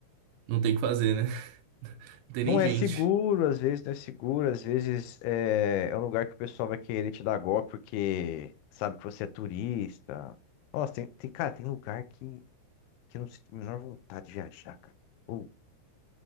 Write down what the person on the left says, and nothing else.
não
é seguro, às vezes não é seguro, às vezes é, é um lugar que o pessoal vai querer te dar golpe porque sabe que você é turista. Nossa, tem, tem, cara, tem lugar que, que eu não sinto a menor vontade de viajar, cara. Ou,